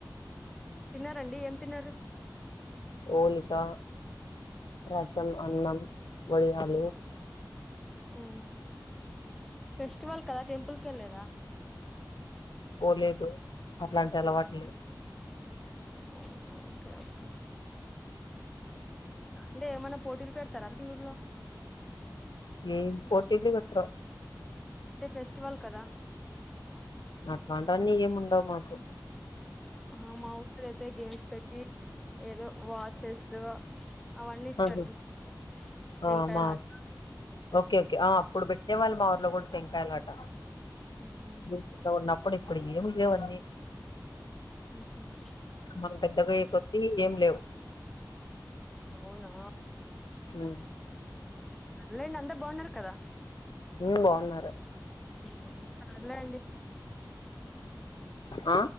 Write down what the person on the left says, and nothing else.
ఓలికా రసం, అన్నం, వడియాలు
పోలేదు అట్లాంటి అలవాట్లేదు
ఏం పోటీలు పెట్రు
అట్లాంటివన్నీ ఏముండవు మాకు
ఆగు
ఆ
మా ఓకే ఓకే ఆ అప్పుడు పెట్ ఏ మళ్ళ మా ఊర్లో కూడా టెంకాయలాట
నేను చిన్నగా ఉన్నప్పుడు ఇప్పుడు ఏం లేవు అవన్నీ
మనం పెద్దగా అయ్యే కొద్ది ఏం లేవు
ఉ
ఉమ్ బాగున్నారు
ఆ